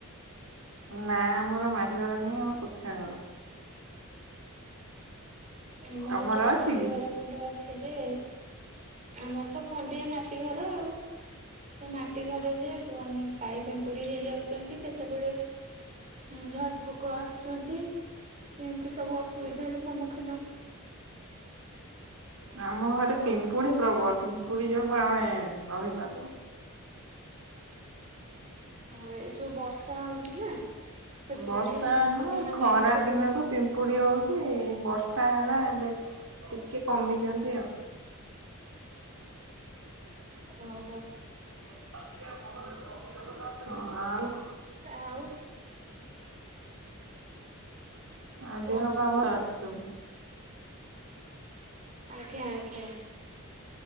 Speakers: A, on the right; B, on the right.
A: ନା ଆମର ମାଟି ଘର ନାହିଁ ଆମର କୋଠା ଘର।
B: ଆମର
A: ତମର
B: ତ ମାଟି
A: ଅଛି କି?
B: ଘର ଖଣ୍ଡେ ଅଛି ଯେ, ଆମର ତ ଖଣ୍ଡିଆ ମାଟି ଘର ଆଉ, ସେ ମାଟି ଘରେ ଯେ କୁହନି କାଇଁ ପିମ୍ପୁଡି ହେଇ ଯାଉଛନ୍ତି କେତେବେଳେ, ହୁଁ ଝରି ପୋକ ଆସୁଛନ୍ତି ଏମିତି ସବୁ ଅସୁବିଧାରେ ସମ୍ମୁଖୀ
A: ଆମ ଘରେ ପିମ୍ପୁଡି ପ୍ରବଳ, ପୁରୀ ଯିବାକୁ ଆମେ ରହିବା କୁ,
B: ହଁ ଏଇ ଯୋଉ ବର୍ଷା ହଉଛି ନା ସେଥିଲାଗି
A: ବର୍ଷା
B: ପିମ୍ପୁଡି
A: ନୁହଁ ଏଇ
B: ମାନେ
A: ଖରା
B: ସବୁ,
A: ଦିନରୁ ପିମ୍ପୁଡି ହଉଛି ବର୍ଷା ହେଲା ଏବେ ଟିକେ କମିଛନ୍ତି ଆଉ,
B: ଓହୋ,
A: ଅଁ ଆ,
B: ଆଉ,
A: ଆଉ
B: କୁହନ୍ତୁ।
A: ଦେହ ପା ଭଲ ଅଛି ସବୁ?
B: ଆଜ୍ଞା-ଆଜ୍ଞା,